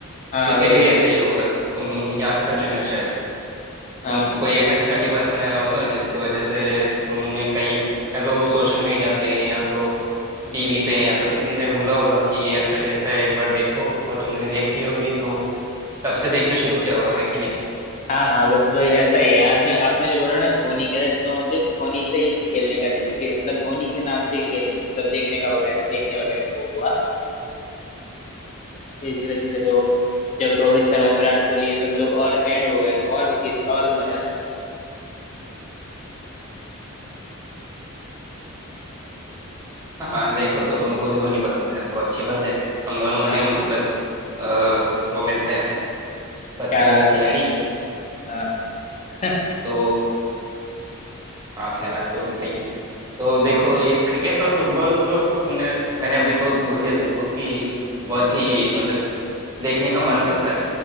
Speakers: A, on the left; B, on the right.
A: हाँ
B: क्रिकेट
A: वही
B: भी
A: बात
B: ऐसे ही
A: है
B: होगा तुम याद कर लेना शायद
A: हाँ
B: तुमको कोई ऐसा खिलाड़ी पसंद आया होगा जिसकी वजह से तुमने कहीं या तो सोशल मीडिया पे या तो
A: हम्म
B: टीवी पे या तो किसी ने बोला होगा कि ये अच्छा खेलता है एक बार देखो और तुमने देखी
A: हम्म
B: होगी तो तब से देखना शुरू किया होगा है कि नहीं
A: हाँ हाँ बस वही ऐसा ही है आपने आपने जो बोला ना धोनी का तो मुझे धोनी से ही खेलने का खे- मतलब धोनी के नाम से ही खेलने मतलब देखने का वगैरह देखने वगैरह का वो हुआ फिर धीरे धीरे तो जब रोहित शर्मा विराट कोहली ये सब लोग और ऐड हो गए तो और भी चीज और भी मजा आने
B: हाँ देखो तो तुमको भी धोनी पसंद है तो अच्छी बात है हम दोनों
A: लगा हाँ
B: के मतलब अ, वो मिलते हैं पसंदीदा
A: ख्यालात मिलते
B: खिलाड़ी
A: हैं हाँ <laughs>
B: तो हाँ ख्यालात तो मिलते ही हैं तो देखो ये क्रिकेट और फुटबॉल तो तुमने मैंने अभी तो बोल दिया तुमको कि बहुत ही मतलब देखने का मन करता है